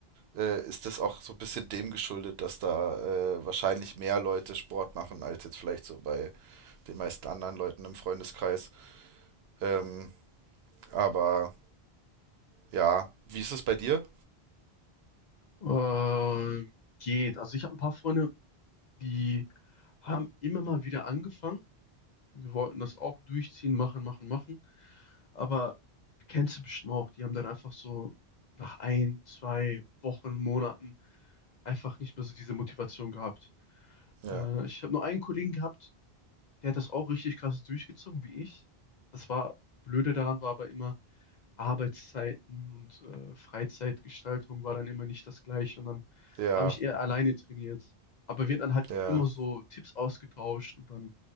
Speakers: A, on the right (about 75°); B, on the left (about 55°).
A: äh, ist das auch so ein bisschen dem geschuldet, dass da äh, wahrscheinlich mehr Leute Sport machen, als jetzt vielleicht so bei den meisten anderen Leuten im Freundeskreis. Ähm, aber ja, wie ist es bei dir?
B: Ähm, geht. Also ich habe ein paar Freunde, die haben immer mal wieder angefangen. Wir wollten das auch durchziehen, machen, machen, machen. Aber kennst du bestimmt auch, die haben dann einfach so nach ein, zwei Wochen, Monaten einfach nicht mehr so diese Motivation gehabt.
A: Ja,
B: Äh, ich habe nur einen Kollegen gehabt, der hat das auch richtig krass durchgezogen, wie ich. Das war, Blöde daran war aber immer, Arbeitszeiten und äh, Freizeitgestaltung war dann immer nicht das Gleiche. Und dann
A: ja,
B: habe ich eher alleine trainiert. Aber wir haben dann halt
A: ja.
B: immer so Tipps ausgetauscht und dann